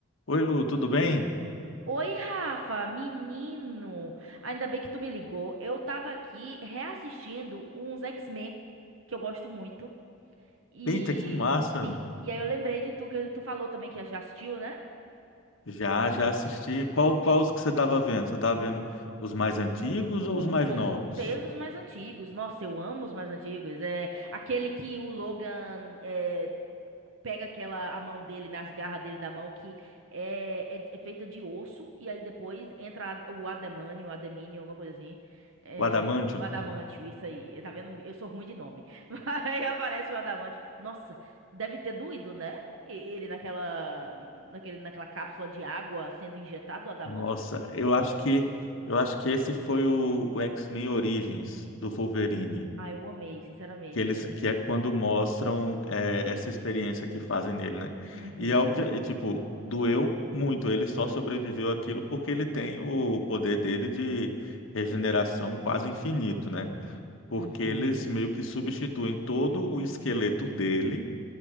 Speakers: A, on the left (about 75°); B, on the right (about 75°).
A: Oi, Lu, tudo bem?
B: Oi, Rafa, menino. Ainda bem que tu me ligou. Eu tava aqui reassistindo uns X-Men que eu gosto muito. E
A: Eita, que massa!
B: sim, e aí eu lembrei de tu que tu falou também que já assistiu, né?
A: Já, já assisti. Qual, qual os que você estava vendo? Você estava vendo os mais antigos
B: Com
A: ou os mais
B: certeza
A: novos?
B: os mais antigos. Nossa, eu amo os mais antigos. É aquele que o Logan é, pega aquela a mão dele nas garras dele da mão que é, é, é feita de osso e aí depois entra a- o adamânio, o adamínio, alguma coisa assim. É,
A: O Adamantium?
B: o adamantio, isso aí. Tá vendo? Eu sou ruim de nome. <laughs> Aí aparece o adamantio. Nossa, deve ter doído, né? E- Ele naquela naquele, naquela cápsula de água sendo injetado o adamantio.
A: Nossa, eu acho que eu acho que esse foi o, o X-Men Origins do Wolverine,
B: Ah, eu amei, sinceramente.
A: que eles que é quando mostram é, essa experiência que fazem nele, né?
B: Uhum,
A: E é óbvio, e, tipo, doeu muito. Ele só sobreviveu àquilo porque ele tem o poder dele de regeneração quase infinito, né? porque
B: uhum.
A: eles meio que substituem todo o esqueleto dele